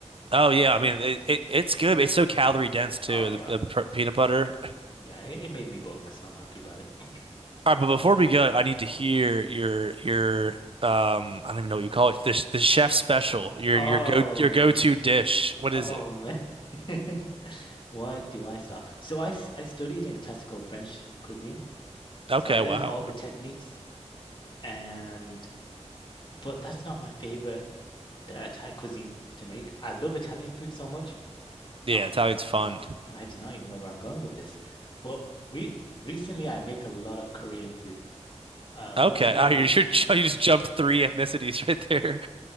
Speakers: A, on the right; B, on the left.
A: oh yeah, I mean it, it it's good. but It's so calorie dense too.
B: Oh yeah.
A: The, the pr- peanut butter.
B: Yeah, it, it made me bulk, so I'm happy about it. <clears throat>
A: All right, but before we go, I need
B: Go
A: to hear
B: on.
A: your your um I don't even know what you call it. The sh- the chef special. Your
B: Oh,
A: your go your go-to dish. What
B: oh
A: is it?
B: man. <laughs> What do I start? So I s- I studied in classical French cuisine. So
A: Okay,
B: I learned
A: wow.
B: all the techniques and but that's not my favorite uh, Thai cuisine to make. I love Italian food so much.
A: Yeah,
B: Oh
A: Italian's
B: man,
A: fun.
B: <clears throat> and I do not even know where I'm going with this. But re recently, I make a lot of Korean food, uh, mostly.
A: Okay. <laughs> Oh, you're, you're
B: <laughs>
A: ju- you just jumped three ethnicities right there.